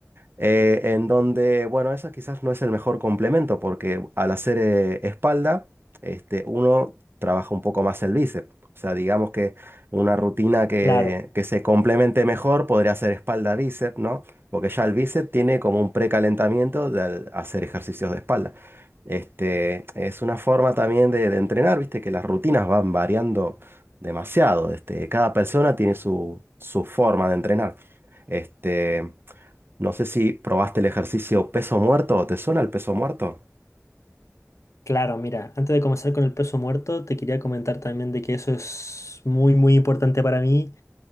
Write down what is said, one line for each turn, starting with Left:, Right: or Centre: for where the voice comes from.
Right: eh, en donde, bueno, eso quizás no es el mejor complemento porque al hacer eh, espalda, este, uno trabaja un poco más el bíceps. O sea, digamos que una rutina que,
Left: Claro,
Right: que se complemente mejor podría ser espalda-bíceps, ¿no? Porque ya el bíceps tiene como un precalentamiento de al hacer ejercicios de espalda. Este, es una forma también de, de entrenar, viste, que las rutinas van variando demasiado. Este, cada persona tiene su, su forma de entrenar. Este, no sé si probaste el ejercicio peso muerto. ¿Te suena el peso muerto?
Left: claro, mira, antes de comenzar con el peso muerto, te quería comentar también de que eso es muy, muy importante para mí